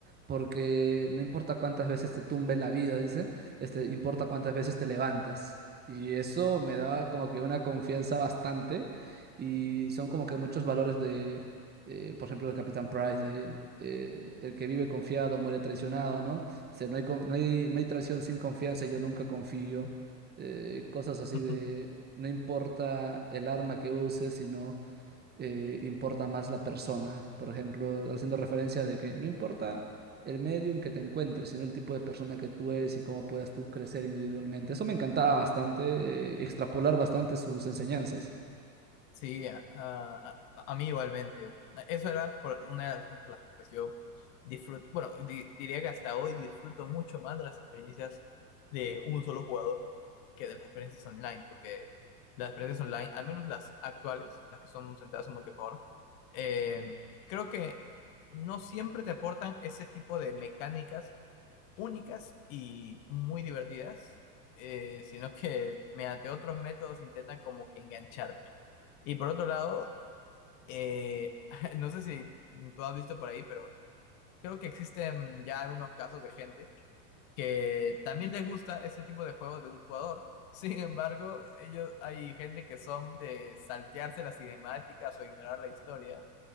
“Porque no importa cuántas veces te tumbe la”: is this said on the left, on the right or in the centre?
Right